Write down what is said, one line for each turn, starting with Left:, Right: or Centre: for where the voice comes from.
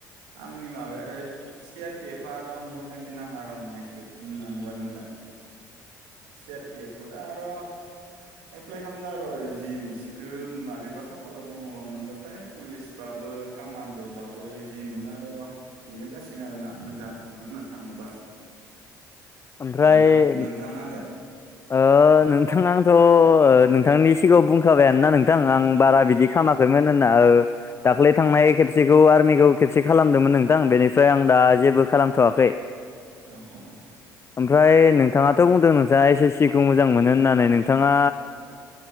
Right: आंनि माबाया ओरै सियार पेफारा मोजांसिन नाङा आरो आं नायखो बुंनो थाङोबा नोंथां चिआरपिएप दा आरो एप्लाइ खालामदों र' जि एम ए सिखौ माबैबा खाफालला दङबा मोनबाथाय पुलिस बाबो कामान्द' बाबो जि मोनो र' बेनो गासै आरोना नोंथां बुंनो थाङोबा
Left: ओमफ्राय
Right: नोंथां नोंथांनालाय
Left: ओ नोंथां आंथ' नोंथांनि सिगाङाव बुंखाबायानोना नोंथां आं बारा बिदि
Right: औ
Left: खालामामा बे मानो ना ओ दाख्लै थांनाय खेबसेखौ आर्मिखौ खेबसे खालामदोंमोन नोंथां बेनिफ्राय आं दा जेबो खालामथ'वाखै
Right: औ औ
Left: ओमफ्राय नोंथाङाथ' बुंदों नोंथाङा एस एस टिखौ मोजां मोनो होननानै नोंथाङा